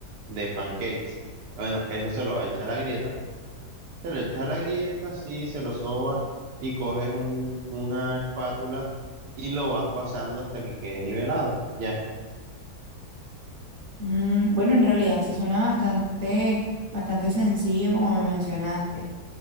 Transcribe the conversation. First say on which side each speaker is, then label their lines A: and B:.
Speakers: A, on the right; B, on the right.
A: de pancakes. Bueno, eso se lo vas a echar a la grieta se le echas a la grieta, sí, se lo sobas y coges un- una espátula y lo vas pasando hasta que quede nivelado. Ya.
B: Mm, bueno, en realidad sí suena bastante, bastante sencillo como me mencionaste.